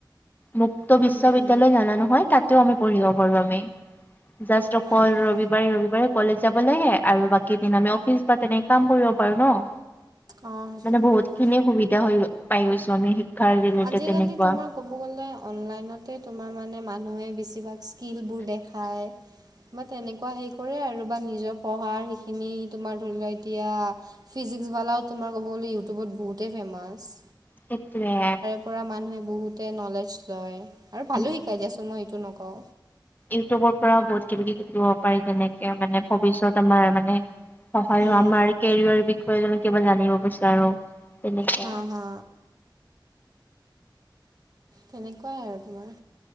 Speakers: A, on the left; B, on the right.
A: মুক্ত বিশ্ববিদ্যালয়
B: উম উম
A: জানা নহয়? তাতেও আমি পঢ়িব পাৰো আমি, জাষ্ট অকল
B: উম উম
A: ৰবিবাৰে ৰবিবাৰে। কলেজ যাব লাগে আৰু বাকিদিন আমি অফিচ বা তেনেকে কাম কৰিব পাৰো ন'?
B: অ সেইটো
A: মানে
B: হয়।
A: বহুত খিনি সুবিধা হৈ পাই গৈছো আমি। শিক্ষাৰ ৰিলেটেড
B: আজিকালি
A: তেনেকুৱা
B: তোমাক ক'ব গ'লে অনলাইনতে তোমাৰ মানে মানুহে বেছিভাগ স্কিলবোৰ দেখায়। বা তেনেকুৱা হেৰি কৰে আৰু বা নিজৰ পঢ়াৰ সেইখিনি তোমাৰ ধৰি লোৱা এতিয়া ফিজিক্স বালাও তোমাৰ ক'ব গ'লে ইউটিউবত বহুতেই ফেমাচ।
A: সেইটোৱেই।
B: পৰা মানুহে বহুতে নলেজ লয়, আৰু ভালো
A: উম
B: শিকাই
A: উম।
B: দিয়াচোন মই এইটো নকওঁ।
A: ইউটিউবৰ পৰাও বহুত কিবা কিবি শিকিব পাৰি তেনেকে মানে ভৱিষ্যত আমাৰ মানে সহায়
B: উম
A: হয় আমাৰ কেৰিয়ৰ বিষয়ে জনে কিবা জানিব বিচাৰো। তেনেকে
B: হাঁ, হা, তেনেকুৱা আৰু তোমাৰ।